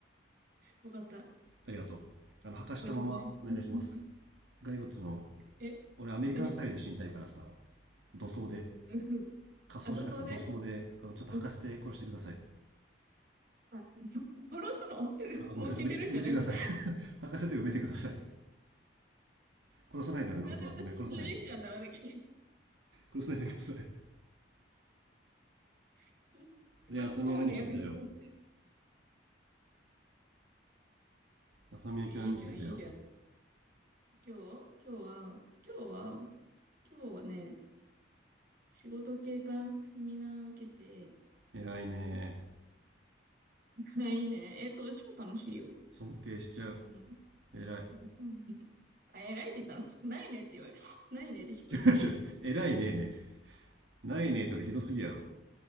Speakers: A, on the right; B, on the right.
A: わかった。
B: ありがとう。あの、履かしたままお願いします。
A: 覚えとくね。<laughs>
B: 骸骨の、
A: え、
B: 俺アメリカンスタイルで死にたいからさ、
A: 何
B: 土葬で、
A: うん。
B: 仮装じゃなくて土葬で、
A: あ、塗装で
B: あの、ちゃんと履かせて殺してください。
A: うんあ、<laughs> 殺すの <laughs>
B: あ、ごめんなさい。
A: もう死んでるんじゃないんだ。
B: 埋めて、埋めてください。<laughs> 履かせて埋めてください。殺さないで俺のことは。
A: なんで私卒業者にならなきゃいけ
B: ごめん、殺さないで。殺さないでください。
A: ない。
B: で、浅見は何してたよ。
A: <laughs> 巻き込むね、やめてください。
B: 浅見は今日何してたよ。
A: いやいいじゃん、いいじゃん。今日今日は、今日は、今日はね、仕事経過セミナー受けて、
B: 偉いね
A: <laughs> ないね。えっと、超楽しいよ。
B: ー尊敬しちゃう。
A: あの、
B: 偉い。
A: 楽しいね。あ、偉いって言ったの <laughs> ないねって言われ、ないねって聞こえた。
B: <laughs> ちょちょ偉いねーねないねえとりひどすぎやろ。